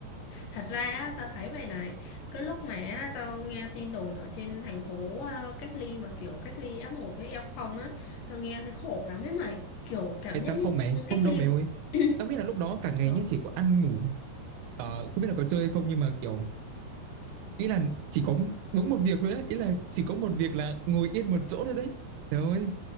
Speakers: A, on the left; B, on the right.
A: Thật ra á, tao thấy vậy này, cái lúc mà á, tao nghe tin đồn ở trên thành phố à, cách ly mà kiểu cách ly F1 với F0 á, tao nghe thấy khổ lắm ấy mày, kiểu cảm
B: Ê, tao
A: giác
B: không mày
A: như
B: không
A: cách
B: đâu
A: ly
B: mày ơi
A: <clears throat> <coughs>
B: tao nghĩ là lúc đó cả ngày
A: Trời,
B: nhé chỉ có ăn ngủ ờ không biết là có chơi không nhưng mà kiểu ý là chỉ có đúng một việc thôi đấy ý là chỉ có một việc là ngồi yên một chỗ thôi đấy trời ơi